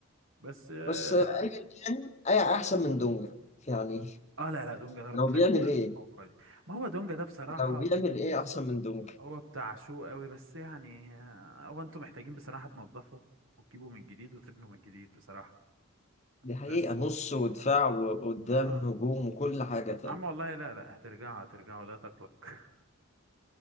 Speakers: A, on the right (about 65°); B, on the left (about 30°).
A: بس اه
B: بس
A: ط-
B: أيا كان أي أحسن من دونجا يعني
A: آه لا لا دونجا ده ربنا
B: لو بيعمل
A: يكون
B: إيه
A: عليه ما هو دونجا ده بصراحه
B: لو بيعمل إيه أحسن من دونجا
A: هو بتاع شو قوي بس يعني آه، هو انتوا محتاجين بصراحه تنضفوا وتجيبوا من جديد وتبنوا من جديد بصراحه
B: دي حقيقة
A: بس
B: نص ودفاع وقدام
A: اه
B: هجوم وكل حاجة تاني
A: عم والله لا لا هترجعوا هترجعوا لا تقلق <laughs>